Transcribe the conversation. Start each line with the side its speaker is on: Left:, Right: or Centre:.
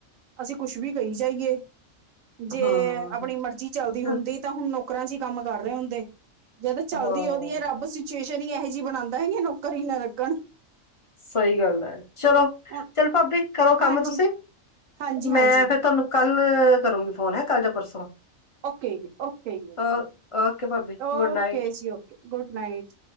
Right: ਅਸੀਂ ਕੁਛ ਵੀ ਕਹੀ ਜਾਈਏ ਜੇ
Left: ਹਾਂ
Right: ਆਪਣੀ ਮਰਜ਼ੀ ਚੱਲਦੀ
Left: ਅੱਛਾ
Right: ਹੁੰਦੀ ਤਾਂ ਹੁਣ ਨੌਕਰਾਂ ਚ ਈ ਕੰਮ ਕਰ ਰਹੇ ਹੁੰਦੇ, ਜਦ ਚੱਲਦੀ
Left: ਹਾਂ
Right: ਉਹਦੀ ੲੈ ਰੱਬ ਸਿਚੁਏਸ਼ਨ ਈ ਇਹੋ ਜਿ ਬਣਾਉਂਦੈ ਨੌਕਰ ਈ ਨਾ ਰੱਖਣ।
Left: ਸਹੀ ਗੱਲ ੲੈ। ਚਲੋ
Right: ਹੁਣ
Left: ਚੱਲ ਭਾਬੀ ਕਰੋ
Right: ਹਾਂਜੀ
Left: ਕੰਮ ਤੁਸੀਂ
Right: ਹਾਂਜੀ
Left: ਮੈਂ
Right: ਹਾਂਜੀ
Left: ਫੇਰ ਤੁਹਾਨੂੰ ਕੱਲ ਕਰੂੰਗੀ ਫੋਨ ਹੈ ਕੱਲ ਜਾਂ ਪਰਸੋਂ।
Right: ਓਕੇ ਜੀ- ਓਕੇ ਜੀ- ਓਕੇ।
Left: ਅ ਓਕੇ ਭਾਬੀ
Right: ਓਕੇ
Left: ਗੁੱਡ ਨਾਈਟ
Right: ਜੀ ਓਕੇ ਗੁੱਡ ਨਾਈਟ।